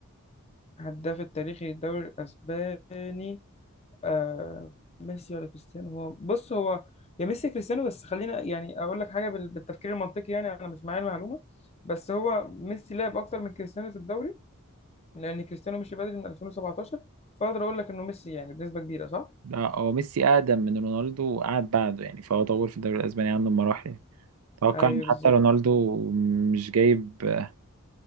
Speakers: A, on the left; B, on the right.
A: هداف التاريخي للدوري الاسباني آه ميسي ولا كريستيانو هو بص هو يا ميسي يا كريستيانو بس خلينا يعني اقول لك حاجه بال- بالتفكير المنطقي يعني انا مش معايا المعلومه بس هو ميسي لعب اكتر من كريستيانو في الدوري لان كريستيانو مشي بدري من 2017 فاقدر اقول لك انه ميسي يعني بنسبه كبيره صح
B: آه، هو ميسي أقدم من رونالدو وقعد بعده يعني فهو طور في الدوري الأسباني عنه بمراحل يعني أتوقع
A: ايوه
B: إن حتى
A: بالظبط
B: رونالدو مش جايب آه،